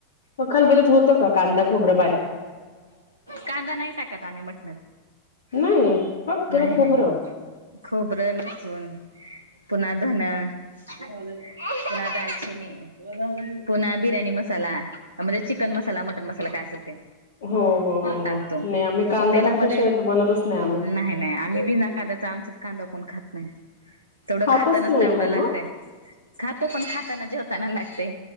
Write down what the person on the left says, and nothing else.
खलबळ्या होत का कांदा खोबरं बारीक.
नाही फक्त
खोबरं
हो हो हो
हो नाही आम्ही कांदा
टाकल्याशिवाय तर बनतच नाही आम्ही
खातच
नाही
पूर्ण